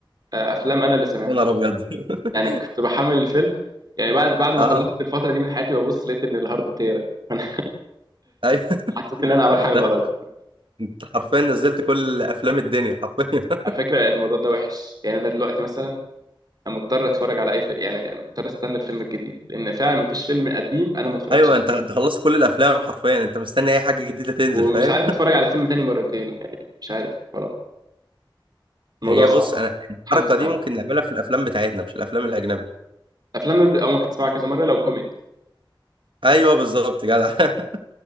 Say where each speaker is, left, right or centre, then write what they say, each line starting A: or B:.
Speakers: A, on the right; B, on the right.
A: آه، افلام انا اللي سامعها
B: يا نهار ابيض <laughs>
A: يعني كنت بحمل الفيلم يعني بعد بعد ما
B: اه
A: خلصت الفترة دي من حياتي ببص لقيت إن الهارد تيرا <laughs> فأنا
B: ايوه <laughs>
A: حسيت إن أنا عامل
B: انت
A: حاجة غلط
B: انت حرفيا نزلت كل افلام الدنيا حرفيا <laughs>
A: على فكرة الموضوع ده وحش يعني أنا دلوقتي مثلا أنا مضطر أتفرج على أي فيلم يعني مضطر أستنى الفيلم الجديد لأن فعلا مفيش فيلم قديم أنا ما اتفرجتش
B: ايوه
A: عليه
B: انت انت خلصت كل الافلام حرفيا انت مستني اي حاجه جديده تنزل
A: ومش
B: فاهم
A: عارف أتفرج على فيلم تاني مرتين يعني مش عارف خلاص الموضوع
B: هي
A: صعب
B: بص انا الحركه
A: حالته صعبة
B: دي ممكن نعملها في الافلام بتاعتنا مش الافلام الاجنبي
A: أفلام أو ممكن تسمعها كذا مرة لو كوميدي
B: ايوه بالظبط جدع <laughs>